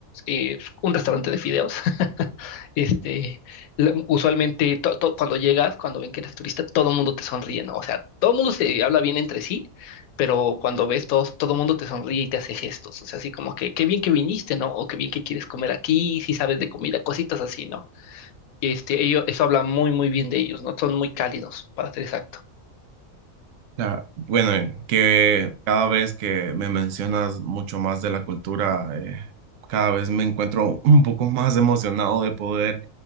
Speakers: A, on the left; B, on the right.
A: eh, un restaurante de fideos, <laughs> este, la- usualmente to- to- cuando llegas, cuando ven que eres turista, todo el mundo te sonríe, ¿no? O sea, todo el mundo se habla bien entre sí, pero cuando ves todos, todo el mundo te sonríe y te hace gestos, o sea, así como que qué bien que viniste, ¿no? O qué bien que quieres comer aquí, si sabes de comida, cositas así, ¿no? Este, ellos eso habla muy, muy bien de ellos, ¿no? Son muy cálidos, para ser exacto.
B: Ah, bueno, eh, que cada vez que me mencionas mucho más de la cultura, eh, cada vez me encuentro <laughs> un poco más emocionado de poder